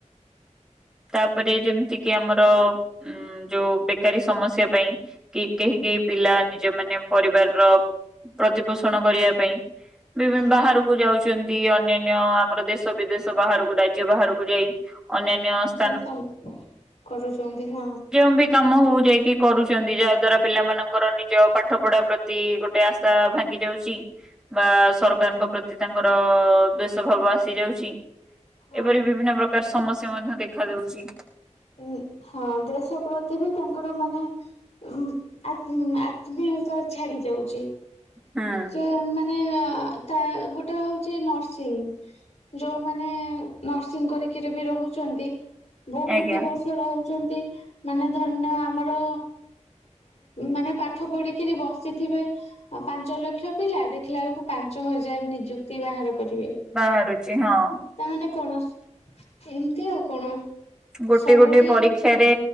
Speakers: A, in the centre; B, on the left.
A: ତାପରେ ଯେମିତି କିି ଆମର ଉମ୍ ଯୋଉ ବେକାରୀ ସମସ୍ୟା ପାଇଁ କି କେହି କେହି ପିଲା ନିଜ ମାନେ ପରିବାରର ପ୍ରତିପୋଷଣ କରିବା ପାଇଁ ବିଭି
B: ହୁଁ।
A: ବାହାରକୁ ଯାଉଚ୍ ଚନ୍ତି ଅନ୍ୟାନ୍ୟ ଆମର ଦେଶ ବିଦେଶ ବାହାରକୁ ଡାକ୍ ରାଜ୍ୟ ବାହାରକୁ ଯାଇ ଅନ୍ୟାନ୍ୟ ସ୍
B: କାମ୍ କରୁଚନ୍ତି ହଁ।
A: ଯେଉଁ ବି କାମ ହଉ ଯାଇକି କରୁଛନ୍ତି ଯାହା ଦ୍ଵାରା ପିଲାମାନାନଙ୍କର ନିଜ ପାଠ ପଢ଼ା ପ୍ରତି ଗୋଟେ ଆଶା ଭାଙ୍ଗି ଯାଉଛି ବା ସରକାରଙ୍କ ପ୍ରତି ତାଙ୍କର ଦ୍ଵେଷ ଭାବ ଆସି ଯାଉଛି।
B: ହଁ।
A: ଏପରି ବିଭିନ୍ନ ପ୍ରକାର ସ ସମସ୍ୟା ମଧ୍ୟ ଦେଖ୍ ଦେଖା ଯାଉଚି।
B: ଉଁ ହଁ ଦେଶ ପ୍ରତି ବି ତାଙ୍କର ମାନେ ଉଁ ଆତ୍ ଆତ୍ମୀୟତା ଛାଡି ଯାଉଚି।
A: ହୁଁ
B: ଯେ ମାନ୍ ମାନେ ତା ଗୋଟେ ହଉଛି ନର୍ସିଂ ଯୋଉମାନେ ନର୍ସିଂ କରିକି ରି ବି ରହୁଛନ୍ତି। ବହୁତ
A: ଆଜ୍ଞା
B: ବରଶ୍ ଚନ୍ତି ମାନେ ଧରନିଅ ଆମର ମାନେ ପାଠ ପଢ଼ିକିରି ବସିଥିବେ ପାଞ୍ଚ ଲକ୍ଷ ପିଲା ଦେଖିଲା ବେଳକୁ ପାଞ୍ଚ ହଜାର ନିଯୁକ୍ତି ବାହାର କରିବେ
A: ବାହାରୁଚି ହଁ।
B: ତାମାନେ କଣ ଏମିତି ଆଉ କଣ।
A: ଗୋଟେ
B: ସବୁଠି
A: ଗୋଟେ ପରୀକ୍ଷାରେ।